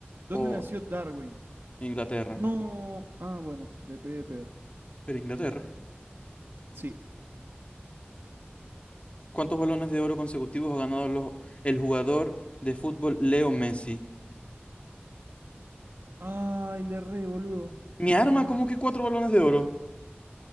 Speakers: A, on the right; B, on the left.
A: ¿Dónde
B: o
A: nació Darwin?
B: Inglaterra.
A: No. Ah, bueno, le pegué de pedo.
B: Pero Inglaterra.
A: Sí.
B: ¿Cuántos balones de oro consecutivos ha ganado los- el jugador de fútbol Leo Messi?
A: Ay, le re, boludo.
B: Mi arma, ¿cómo que cuatro balones de oro?